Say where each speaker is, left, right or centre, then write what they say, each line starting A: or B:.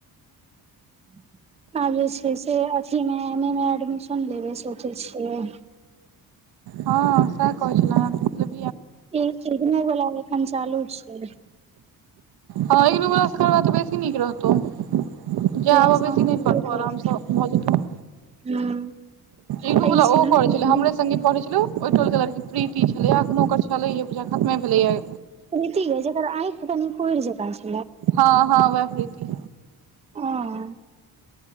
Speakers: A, on the right; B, on the right.
A: <inaudible> आब जे छै से अथीमे एम ए मे एडमिशन लेबे सोचै छियै
B: हाँ सैह कहै छलै
A: ई इग्न वला एखन चालू छै
B: हाँ इनु बला से करबा तऽ बेसी नीक रहतौ जे
A: उएह
B: आब
A: शाम
B: बेैसी नहि
A: करबे
B: परतौ
A: करबै
B: आरामसँ भऽ जेतौ
A: हूँ
B: इहो
A: आ
B: बाला
A: ई छै
B: ओहो
A: ने
B: करै छलै हमरे संगे पढ़ै छेलौ ओहि टोल के लड़की प्रीति छले एखन ओकर छलैहे बुझाय यै खतमे भेले यै
A: प्रीति गै जकेर आंखि तनी कुइर जेका छै
B: हाँ हाँ वैह प्रीती
A: हँ